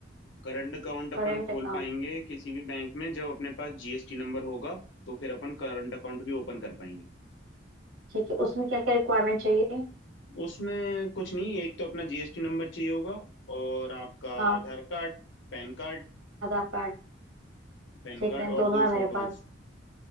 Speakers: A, on the left; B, on the right.
A: करंट अकाउंट अपन
B: Current
A: खोल
B: account
A: पाएंगे किसी भी बैंक में जब अपने पास जीएसटी नंबर होगा तो फिर अपन करंट अकाउंट भी ओपन कर पाएंगे
B: ठीक है उसमें क्या क्या रिक्वायरमेंट चाहिए
A: उसमें कुछ नहीं एक तो अपना जीएसटी नंबर चाहिए होगा और आपका
B: हाँ
A: आधार कार्ड पैन कार्ड
B: आधार कार्ड
A: पैन
B: ठीक
A: कार्ड
B: है
A: और
B: दोनों
A: दो
B: है
A: फोटोज
B: मेरे पास